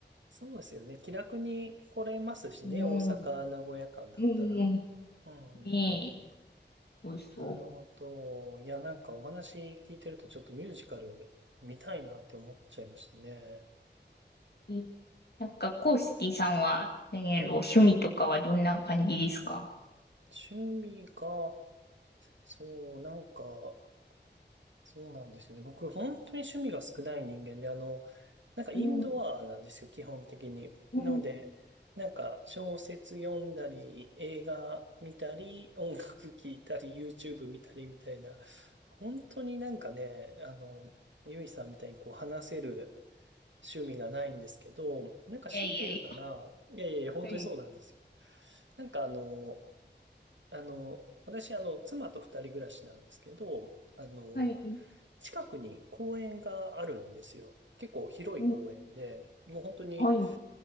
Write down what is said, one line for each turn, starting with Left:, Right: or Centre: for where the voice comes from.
Right: そうですよね。気楽に来れますしね。
Left: うん、
Right: 大阪、
Left: う
Right: 名古屋間だったら。
Left: ん、
Right: うんうんうん。
Left: ねえ、そうそう。
Right: なるほど。いや、なんかお話聞いてるとちょっとミュージカル見たいなって思っちゃいましたね。
Left: えなんか、コウスキーさんは、何やろ、
Right: はい。
Left: 趣味とかはどんな感じですか
Right: 趣味が、そう、なんかそうなんですよね。僕、本当に趣味が少ない人間で、あの、なんかインドアなんですよ、
Left: うん、
Right: 基本的に。
Left: うん、
Right: なので、なんか小説読んだり、映画見たり、音楽聴いたり、YouTube 見たりみたいな、本当になんかね、あの、ゆいさんみたいにこう話せる趣味がないんですけど、なんか強いて言うなら、
Left: いやいやい
Right: いやいやいや、本当にそうなんですよ。
Left: や
Right: なんかあの、あの、私、あの、妻と二人暮らしなんですけど、あの、
Left: はい、はい、
Right: 近くに公園があるんですよ。結構広い公園で、
Left: うん、
Right: もう本当に、
Left: はい、